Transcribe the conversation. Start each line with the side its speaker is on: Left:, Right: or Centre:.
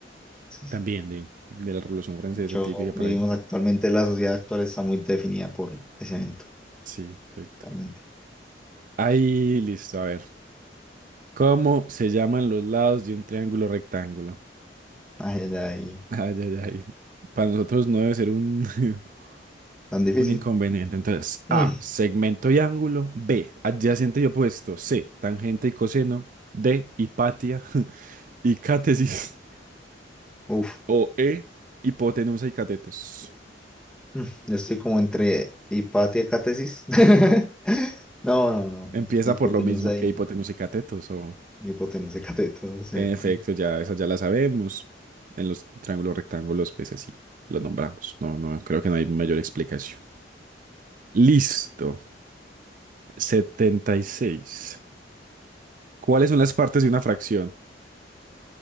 Centre: Sí, sí.
Right: también de, de la Revolución Francesa,
Centre: De hecho,
Right: típica por
Centre: vivimos
Right: ahí.
Centre: actualmente, la sociedad actual está muy definida por ese evento,
Right: Sí, perfecto.
Centre: realmente.
Right: Ahí, listo, a ver. ¿Cómo se llaman los lados de un triángulo rectángulo? <laughs>
Centre: Ay, ay, ay,
Right: Ay, ay, ay. Para nosotros no debe ser un, <laughs>
Centre: tan difícil.
Right: un inconveniente. Entonces, A,
Centre: Mm,
Right: segmento y ángulo. B, adyacente y opuesto. C, tangente y coseno. D, hipatia <laughs> y cátesis.
Centre: uf,
Right: O E, hipotenusa y catetos.
Centre: mm, yo estoy como entre hipatia y catesis. <laughs> No, no, no,
Right: Empieza
Centre: hipotenusa
Right: por lo mismo que
Centre: y
Right: hipotenusa y catetos, o
Centre: hipotenusa y cateto, o
Right: En efecto,
Centre: ¿no?
Right: ya esa ya la sabemos. En los triángulos rectángulos, pues así los nombramos. No, no, creo que no hay mayor explicación. Listo. setenta y seis. ¿Cuáles son las partes de una fracción?